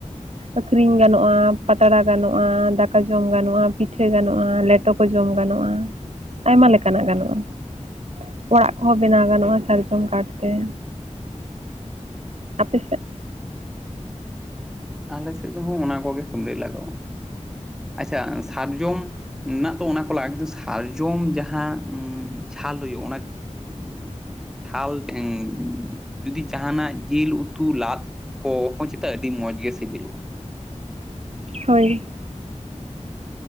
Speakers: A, on the right (about 60°); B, in the centre.
A: ᱟᱹᱠᱷᱨᱤᱧ ᱜᱟᱱᱚᱜᱼᱟ, ᱯᱟᱛᱲᱟ ᱜᱟᱱᱚᱜᱼᱟ᱾ ᱫᱟᱠᱟ ᱡᱚᱢ ᱜᱟᱱᱚᱜᱼᱟ᱾ ᱯᱤᱴᱷᱟᱹ ᱜᱟᱱᱚᱜᱼᱟ ᱞᱮᱴᱸ ᱚᱴᱚ ᱠᱚ ᱡᱚᱢ ᱜᱟᱱᱚᱜᱼᱟ, ᱟᱭᱢᱟ ᱞᱮᱠᱟᱱᱟᱼᱜ ᱜᱟᱱᱚᱜᱼᱟ ᱾ ᱚᱲᱟᱜ ᱠᱚᱦᱚᱸ ᱵᱮᱱᱟᱣ ᱜᱟᱱᱚᱜᱼᱟ᱾ ᱥᱟᱨᱡᱚᱢ ᱠᱟᱨᱰᱛᱮ ᱾ ᱟᱯᱮᱥᱟᱫ?
B: ᱟᱞᱮ ᱥᱮᱫ ᱦᱚᱸ ᱚᱱᱟ ᱠᱚᱜᱮ ᱠᱟᱹᱢᱤ ᱞᱟᱜᱟᱣᱟ᱾ ᱟᱪᱪᱷᱟ ᱥᱟᱨᱡᱚᱢ ᱢᱮᱱᱟᱜ ᱛᱚ ᱚᱱᱟ ᱠᱚ ᱞᱟᱜᱼᱟ, ᱠᱛᱩ ᱥᱟᱨᱡᱚᱢ ᱡᱟᱦᱟᱸ ᱪᱷᱟᱞ ᱦᱩᱭᱩᱜᱼᱟ ᱾ᱚᱱᱟ ᱪᱷᱟᱞᱴᱷᱮᱱ ᱡᱩᱫᱤ ᱡᱟᱦᱟᱱᱟ-ᱜ ᱡᱤᱞ ᱩᱛᱩ ᱞᱟᱫ ᱠᱚᱼᱦᱚᱸ ᱪᱮᱛᱟᱜ ᱟᱹᱰᱤ ᱢᱚᱡᱽ ᱜᱮ ᱥᱤᱵᱤᱞᱚᱜᱼᱟ ᱾
A: ᱦᱳᱭ